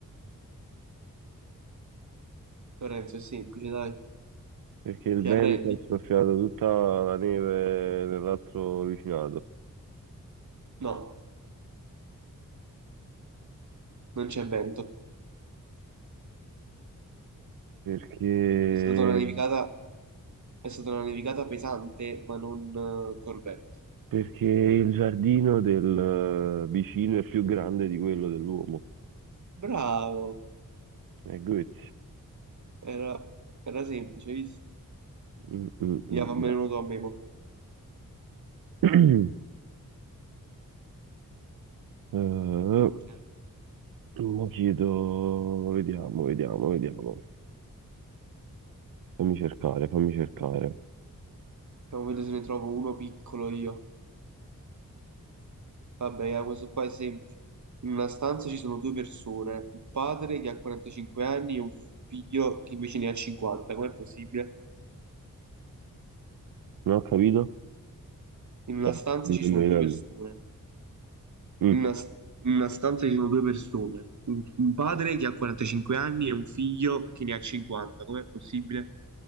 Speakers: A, on the right; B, on the right.
A: Lorenzo, è semplice, dai.
B: perché il
A: Ti
B: vento
A: arrendi?
B: ha soffiato tutta la neve nell'altro vicinato.
A: No. non c'è vento.
B: Perché,
A: È stata una nevicata, è stata una nevicata pesante, ma non eh, col vento.
B: perché il giardino del eh, vicino è più grande di quello dell'uomo.
A: Bravo,
B: E Goethe.
A: era, era semplice, hai visto?
B: Mm, mm,
A: Via,
B: mm,
A: fammene
B: bravo.
A: uno tu a me, mo.
B: <clears throat> Eh,
A: Veloce.
B: mo chiedo, vediamo, vediamo, vediamo. Fammi cercare, fammi cercare.
A: Vediamo vedere se ne trovo uno piccolo io. Vabbè, ah, questo qua è semplice. In una stanza ci sono due persone, un padre che ha 45 anni e un figlio che invece ne ha 50. Com'è possibile?
B: Non ho capito?
A: In una
B: Sai,
A: stanza
B: mi
A: ci
B: sto
A: sono
B: indovinando.
A: due persone.
B: Mm,
A: In Una, in una stanza ci sono due persone, un, un padre che ha 45 anni e un figlio che ne ha 50. Com'è possibile?